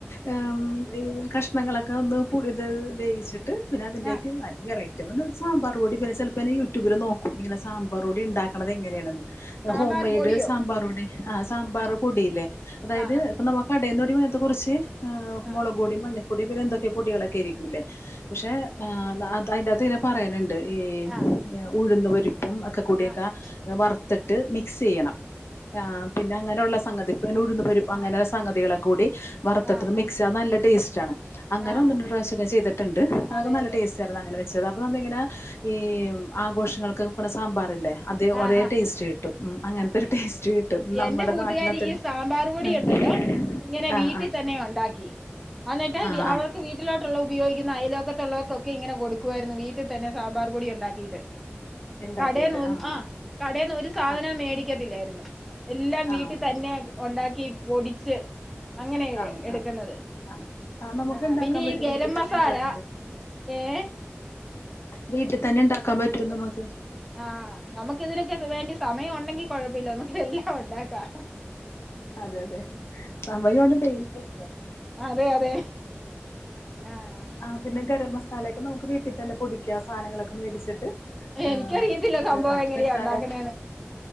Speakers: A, on the left; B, in the centre.
A: ഏഹ് ഉം അതീന്ന് കഷ്ണങ്ങളൊക്കെ ഒന്ന് പുഴിത് വേവിച്ചിട്ട് പിന്നെ അതിൻ്റെ
B: ആ
A: ഒക്കെ വെറൈ <unintelligible> സാമ്പാർപ്പൊടി പിന്നെ ചെലപ്പ ഞാന് യൂട്യൂബില് നോക്കും ഇങ്ങനെ സാമ്പാർപ്പൊടി
B: ആ
A: ഇണ്ടാക്ക്ണത് എങ്ങനേണെന്ന്.
B: സാമ്പാർ
A: ഹോം മെയ്ഡ്
B: പൊടിയോ
A: സാമ്പാർപ്പൊടി ആ സാമ്പാർ
B: ആഹ്
A: പൊടിയില്ലേ അതായത്
B: ആഹ്
A: ഇപ്പം നമ കടയിൽ തൊടി മയത്തെ കുറിച്ച് ഏഹ്
B: ആഹ്
A: മുളക് പൊടിം മഞ്ഞപ്പൊടി പിന്നെ എന്തൊക്കെയെ പൊടികളൊക്കെ ആയിരുക്കുലേ പക്ഷെ ആഹ് അത അത അയിന്റെകത്ത് ഇങ്ങനെ പറയ്ന്ണ്ട് ഈ
B: ആഹ്
A: ഉഴുന്നു പരിപ്പും ഒക്കെ കൂടിയൊക്ക
B: ആഹ്
A: വറുത്തിട്ട് മിക്സ് ചെയ്യണം. ആഹ് പിന്നെ അങ്ങനെയുള്ള സംഗതി പിന്നെ ഉഴുന്നു പരിപ് അങ്ങനെള്ള
B: ആഹ്
A: സംഗതികളെ കൂടി വറുത്തിട്ട്
B: ആഹ് ആഹ്
A: മിക്സ് അത് നല്ല ടേസ്റ്റാണ് അങ്ങനെ
B: ആഹ്
A: ഒന്ന് രണ്ട് പ്രവിശ്യക്കെ ചെയ്തിട്ടുണ്ട് അത്ക്കെ
B: അതെ
A: നല്ല
B: അതെ
A: ടേസ്റ്റ് ആണ് അതങ്ങനെ വെ ച്ചത് അപ്പൊ നമ്മ ഇങ്ങനെ
B: ആഹ്
A: ഈ ആഘോഷങ്ങൾക്ക് വെക്കണ സാമ്പാറില്ലേ അത്
B: ആഹ്
A: അതേ ടേസ്റ്റ് കി ട്ടും ഉം അങ്ങൻത്തെ
B: ആഹ്
A: ഒരു ടേസ്റ്റ് കിട്ടും നമ്മുടെ
B: എന്റെ കൂട്ടുകാരി
A: നാട്ടിൽ അത്രയും
B: ഈ സാമ്പാർ
A: <inaudible>
B: പൊടിയുണ്ടല്ലോ ഇങ്ങനെ
A: ആഹ്
B: വീട്ടിൽ
A: ആഹ്
B: തന്നെ ഒണ്ടാക്കി അന്നിട്ട്
A: ആഹ്
B: വി
A: ആഹ്
B: അവ് വീട്ടിലോട്ടുള്ള ഉപയോഗിക്കുന്ന അയലോക്കത്തുള്ളവർക്കൊക്കെ ഇങ്ങനെ കൊടുക്കുവായിരുന്നു വീട്ടിൽ തന്നെ സാമ്പാർപ്പൊടി ഉണ്ടാക്കിയിട്ട്
A: ഇണ്ടാക്കിയിട്ട്
B: കടേന്ന് ഒൻ
A: ആഹ്
B: ആ
A: ആഹ്
B: കടേന്ന് ഒരു സാധനോം
A: ആഹ്
B: മേടിക്കത്തില്ലായിരുന്നു. എല്ലാം വീട്ടിൽ
A: ആഹ്
B: തന്നെ ഒണ്ടാക്കി പൊടിച്ച് അങ്ങനേ
A: ആഹ്
B: എടുക്കുന്നത്
A: ആഹ് ആഹ് ആഹ് നമുക്ക്
B: ആ
A: ഇണ്ടാക്കാൻ
B: പിന്നെ
A: പറ്റും
B: ഈ ഗരം
A: വീട്ടിൽ തന്നെ
B: മസാല
A: ഇണ്ടാക്കാൻ
B: ഏഹ്
A: വീട്ട് തന്നെണ്ടാക്കാൻ പറ്റും നമുക്ക്
B: ആഹ് നമുക്ക് ഇതിനൊക്കെ വേണ്ടി സമയം ഉണ്ടെങ്കിൽ കുഴപ്പമില്ല നമുക്കിതെല്ലാം ഒണ്ടാക്കാം.
A: അതെ അതെ സമയു ആണ് മെയിൻ പ്രശ്നം.
B: അതെ അതെ ആഹ്
A: ആഹ് പിന്നെ ഗരം മസാലയൊക്കെ നമുക്ക് വീട്ടിൽ തന്നെ പൊടിക്ക്യാ സാധനങ്ങളൊക്കെന് മേടിച്ചിട്ട്.
B: എനിക്കറിയത്തില്ല
A: ആഹ് ഇത്
B: സംഭവം
A: ആഹ്
B: എങ്ങനെയാ
A: മസാല
B: ഉണ്ടാക്കുന്നതെന്ന്